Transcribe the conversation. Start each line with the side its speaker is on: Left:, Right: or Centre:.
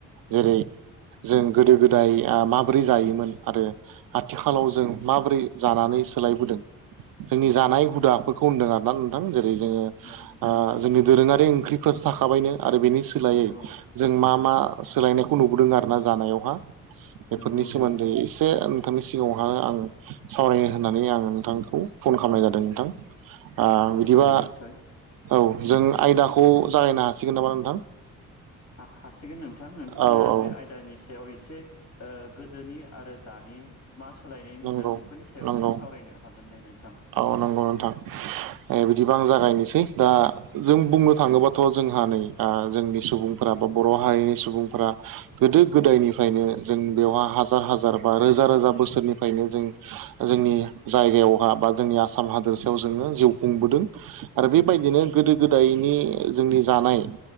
Right: जेरै जों
Left: औ
Right: गोदो गोदाय माबोरै जायोमोन आरो आथिखालाव जों माबोरै जानानै सोलायबोदों जोंनि जानाय
Left: नंगौ
Right: हुदाफोरखौ
Left: नोंथां
Right: होनदों आरोना नोंथां जेरै जोङो
Left: नंगौ नोंथां
Right: जोंनि दोरोङारि ओंख्रिफ्रोरासो थाखाबायनो आरो बेनि सोलायै
Left: औ
Right: जों मा मा सोलायनायखौ नुबोदों आरोना जानायावहा बेफोरनि
Left: नंगौ नोंथां
Right: सोमोन्दै एसे नोंथांनि सिगाङावहाय आं सावरायनो होननानै आं नोंथांखौ फन खालामनाय जादों नोंथां
Left: नंगौ
Right: बिदिबा
Left: निस्सय
Right: औ जों आयदाखौ जागायनो हासिगोन नामा नोंथां
Left: हासिगोन नोंथां नोंथाङानो
Right: औ औ
Left: बे आयदानि सायाव एसे गोदोनि आरो दानि मा सोलायनाय नुदों
Right: नंगौ
Left: बेफोरनि सायावहाय
Right: नंगौ
Left: सावरायनो हागोन दे नोंथां
Right: औ नंगौ नोंथां बिदिबा आं जागायनोसै दा जों बुंनो थाङोबाथ' जोंहा नै जोंनि सुबुं फोर बा बर' हारिनि सुबुंफोरा गोदो गोदायनिफ्रायनो जों बेवहाय हाजार हाजार बा रोजा रोजा बोसोरनिफ्रायनो जों जोंनि जायगायावहा बा जोंनि आसाम हादोरसायाव जोङो जिउ खुंबोदों आरो बेबायदिनो गोदो गोदायनि जोंनि जानाय